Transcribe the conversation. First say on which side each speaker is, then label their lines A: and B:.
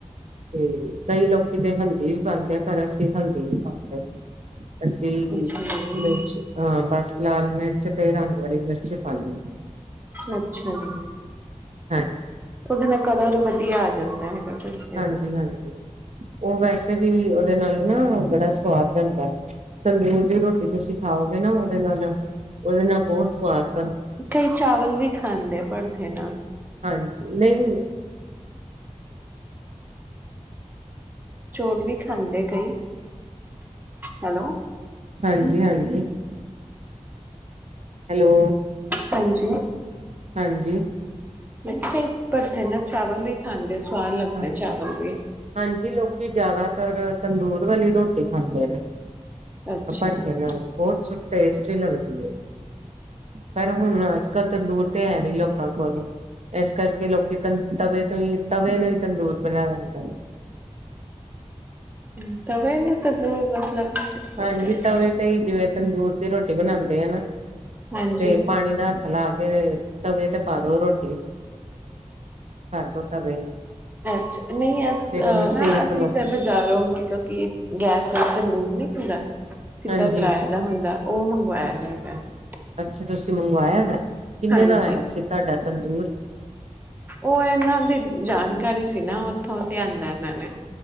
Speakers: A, on the right; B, on the right.
A: ਤੇ ਕਈ ਲੋਕੀ ਤੇ ਹਲਦੀ ਵੀ ਪਾਦੇ, ਪਰ ਅਸੀਂ ਹਲਦੀ ਨੀ ਪਾਦੇ, ਅੱਛ ਅਸੀਂ
B: ਅੱਛਾ ਜੀ
A: ਹਾਂ ਬਸ, ਲਾਲ ਮਿਰਚ ਤੇ ਰਗਵਾੜੀ ਮਿਰਚ, ਪਿਛੇ ਪਾਨੀ ਆ,
B: ਅੱਛਾ ਜੀ,
A: ਹਾਂ
B: ਉਹਦੇ ਨਾਲ, ਕਲਰ ਵਧੀਆ ਆ ਜਾਂਦਾ ਹੈਗਾ। ਭੁਜੀਆ
A: ਹਾਂਜੀ
B: ਦਾ
A: ਹਾਂਜੀ ਉਹ ਵੈਸੇ ਵੀ ਉਹਦੇ ਨਾਲ ਨਾ, ਬੜਾ ਸਵਾਦ ਬਣਦਾ ਹੈ ਤੰਦੂਰ ਦੀ ਰੋਟੀ ਤੁਸੀਂ ਖਾਓਗੇ, ਨਾ ਉਹਦੇ ਨਾਲ ਉਹਦੇ ਨਾਲ ਬਹੁਤ ਸਵਾਦ, ਬਣ
B: ਕਈ ਚਾਵਲ ਵੀ ਖਾਂਦੇ ਭੜਥੇ ਨਾਲ,
A: ਹਾਂਜੀ ਨਹੀਂ
B: ਚੌਲ ਵੀ ਖਾਂਦੇ ਕਈ, ਹੈਲੋ
A: ਹਾਂਜੀ-ਹਾਂਜੀ, ਹੈਲੋ,
B: ਹਾਂਜੀ,
A: ਹਾਂਜੀ,
B: ਕਿਹਾ ਕਈ ਭਰਥੇ ਨਾਲ ਚਾਵਲ ਵੀ ਖਾਂਦੇ, ਸਵਾਦ ਲੱਗਦੇ
A: ਹਾਂ,
B: ਚਾਵਲ ਵੀ
A: ਹਾਂਜੀ ਲੋਕੀ ਜ਼ਿਆਦਾ ਫੇਰ ਤੰਦੂਰ ਵਾਲੀ ਰੋਟੀ ਖਾਂਦੇ ਨੇ,
B: ਅੱਛਾ
A: ਭੜਥੇ
B: ਜੀ
A: ਨਾਲ ਬਹੁਤ ਸੁ ਟੇਸਟੀ ਲੱਗਦੀ ਏ, ਪਰ ਹੁਣ ਅੱਜ ਕੱਲ ਤੰਦੂਰ ਤੇ ਹੈ ਨੀ ਲੋਕਾਂ ਕੋਲ ਇਸ ਕਰਕੇ ਲੋਕੀ ਤ ਤਵੇ ਤੋਂ ਹੀ ਤਵੇ ਨੂੰ ਹੀ, ਤੰਦੂਰ ਬਣਾ ਲੈਂਦੇ ਨੇ।
B: ਹੂੰ ਤਵੇ ਨੂੰ ਤੰਦੂਰ ਮਤਲਬ? ਹੋ
A: ਹਾਂਜੀ
B: ਗਿਆ
A: ਤਵੇ ਤੇ ਹੀ ਜਿਵੇਂ ਤੰਦੂਰ ਦੀ ਰੋਟੀ ਬਣਾਦੇ ਆ ਨਾ
B: ਹਾਂਜੀ
A: ਤੇ ਪਾਣੀ ਦਾ ਹੱਥ ਲਾ ਕੇ ਤਵੇ ਤੇ ਪਾਦੋ ਰੋਟ ਦੋ ਤਵੇ ਨੂੰ
B: ਅੱਛਾ ਨਹੀਂ ਅਸ
A: ਫੇਰ ਉਹਨੂੰ ਸੇਕ
B: ਨਾ ਅਸੀਂ
A: ਲਓ
B: ਤਾਂ ਬਾਜ਼ਾਰੋਂ ਮਤਲਬ ਕਿ ਗੈਸ ਦਾ ਤੰਦੂਰ ਨਹੀ ਹੁੰਦਾ। ਸਿੱਦਾ
A: ਹਾਂਜੀ
B: ਕਰਾਏ ਦਾ ਹੁੰਦਾ ਉਹ ਮੰਗਵਾਇਆ। <unintelligible>
A: ਅੱਛਾ ਤੁਸੀ ਮੰਗਵਾਇਆ ਐ। ਕਿੰਨੇ
B: ਹਾਂਜੀ
A: ਦਾ ਆਇਆ ਸੀ ਤੁਹਾਡਾ? ਤੰਦੂੂਰ।
B: ਉਹ ਇਹਨਾਂ ਦੀ ਜਾਣਕਾਰੀ ਸੀ ਨਾ ਉੱਥੋਂ ਲਿਆਂਦਾ ਇਹਨਾਂ ਨੇ।